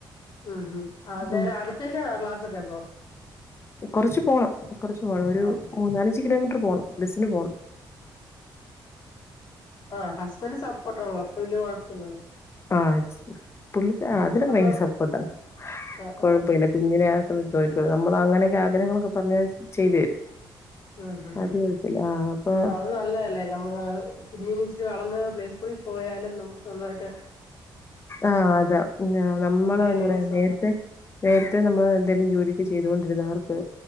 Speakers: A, on the left (about 50°); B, on the left (about 30°).
A: ഉം ഉം അന്നേരം
B: ഉം
A: അടുത്തന്നെയാണോ ക്ലാസ്സൊക്കെ അപ്പോ
B: കുറച്ച് പോണം കുറച്ച് പോണം ഒരു
A: ആഹ്
B: മൂന്നാലഞ്ച് കിലോമീറ്റർ പോണം ബസിന് പോണം
A: ആഹ ഹസ്ബൻഡ് സപ്പോർട്ടാണല്ലോപ്പൊ വല്യ കൊഴപ്പില്ലല്ലോ
B: ആഹ പുള്ളിക്ക് അതിലു
A: അപ്പം
B: ഭയങ്കര സപ്പോട്ടാ
A: ആഹ്
B: കൊഴപ്പമില്ല
A: ആഹ് ആഹ്
B: കുഞ്ഞിനെ നോയിക്കോളും നമ്മള് അങ്ങനെയൊക്കെ ആഗ്രഹങ്ങളൊക്കെ പറഞ്ഞാൽ ചെയ്തു തരും
A: ഉം
B: അത്
A: ഉം
B: കുഴപ്പമില്ല ആഹ് അപ്പൊ
A: അത് നല്ലതല്ലേ നമ്മുക്ക് കുഞ്ഞിനിച്ചിരി വളർന്ന പ്ലേ ളിൽ പോയാലും നമുക്ക് സ്വന്തയിട്ട്
B: ആഹ അതാ നമ്മള
A: എന്തെങ്കിലും
B: എന്താ
A: ഏണിങ്സ്
B: പറയാ നേരത്തെ
A: ഉണ്ടാക്കാം
B: നേരത്തെ നമ്മൾ എന്തെലും ജോലിയൊക്കെ ചെയ്തുകൊണ്ട് ക്ക്